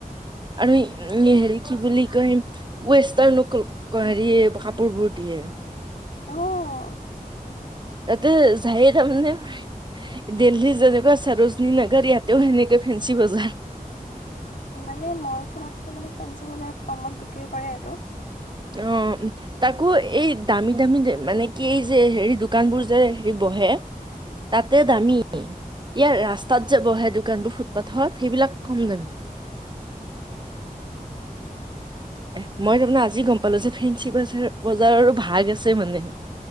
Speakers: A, on the right (about 30°); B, on the left (about 65°).
A: আৰু হেৰি কি বুলি কয় ৱেষ্টাৰ্ণ হেৰি কাপোৰবোৰ দিয়ে।
B: অহ।
A: ততে যাই তামনেম দিল্লী যেনেকুৱা ছাৰজনী নগৰ ইয়াতেও সেনেকৈ ফেঞ্চি বজাৰ।
B: মানে মন চলাতটো মানে ফেঞ্চিং বজাৰত কমত বিক্ৰী কৰে আৰু।
A: অ', তাকো এই দামী দামী মানে কি এই যে হেৰি দোকানবোৰ যে হেৰি বহে তাতে দামী। ইয়াৰ ৰাস্তাত যে বহে দোকানবোৰ ফুটপাথত সেইবিলাক কম নামি। এ মই তাৰমানে আজি গম পালো যে ফেঞ্চি বজাৰ বজাৰৰো ভাগ আছে মানে।